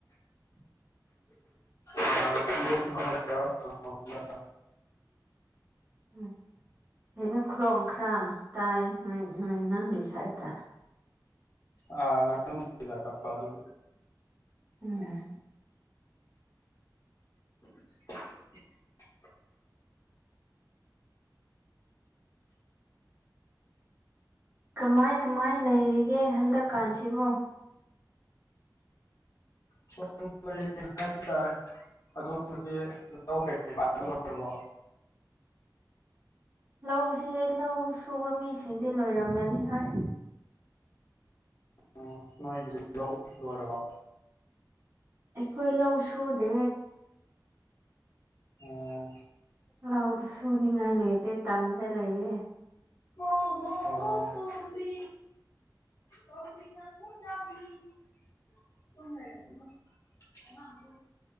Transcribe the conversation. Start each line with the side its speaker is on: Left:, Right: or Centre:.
Right: <inaudible>
Left: ꯑꯥ ꯏꯔꯣꯝꯕ ꯑꯃꯒ ꯀꯥꯡꯒꯧ ꯑꯃꯒ
Right: ꯎꯝ ꯑꯩꯅ ꯈꯨꯔꯣꯡ ꯈꯔꯥꯡ ꯇꯥꯏꯌꯦ ꯅꯣꯏ ꯅꯪꯒꯤ ꯁꯥꯏꯗꯠꯇ
Left: ꯑꯥ ꯉꯥꯅꯨ ꯃꯆꯤꯟꯖꯥꯛ ꯀꯛꯄ ꯑꯗꯨꯒꯤ
Right: ꯎꯝ
Left: <inaudible>
Right: ꯀꯃꯥꯏ ꯀꯃꯥꯏ ꯂꯩꯔꯤꯒꯦ ꯍꯟꯗꯛꯀꯥꯟꯁꯤꯕꯣ
Left: ꯁꯨꯝ ꯂꯩꯔꯝꯃꯤ ꯍꯥꯏ ꯇꯥꯔꯦ ꯑꯗꯣꯝꯒꯤ ꯂꯧ ꯀꯩ ꯀꯩ ꯄꯥꯟꯕ ꯂꯣꯏꯔꯕꯣ
Right: ꯂꯧꯁꯦ ꯂꯧ ꯁꯨꯕ ꯃꯤꯁꯤꯡꯗꯤ ꯂꯣꯏꯔꯝꯃꯅꯤ ꯍꯣꯏ
Left: ꯎꯝ ꯅꯣꯏꯒꯤꯗꯤ ꯂꯧ ꯂꯣꯏꯔꯕꯣ
Right: ꯑꯩꯈꯣꯏ ꯂꯧ ꯁꯨꯗꯦ
Left: ꯑꯣꯝ
Right: ꯂꯥꯎ ꯁꯨꯅꯤꯉꯥꯏ ꯂꯩꯇꯦ ꯇꯝꯗꯥ ꯂꯩꯌꯦ
Left: ꯍꯣ ꯍꯣ ꯍꯣ ꯁꯣꯕꯤ <unintelligible> ꯇꯨꯝ ꯂꯩꯔꯝꯃꯤ ꯑꯉꯥꯡꯗꯣ